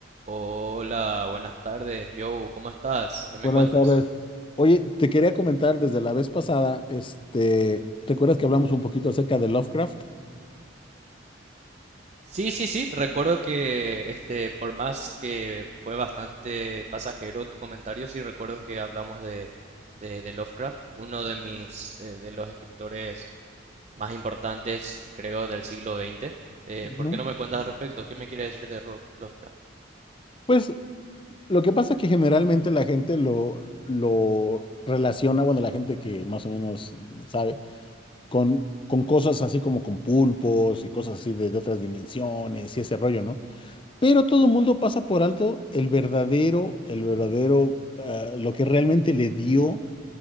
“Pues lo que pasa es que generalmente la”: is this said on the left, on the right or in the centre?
Left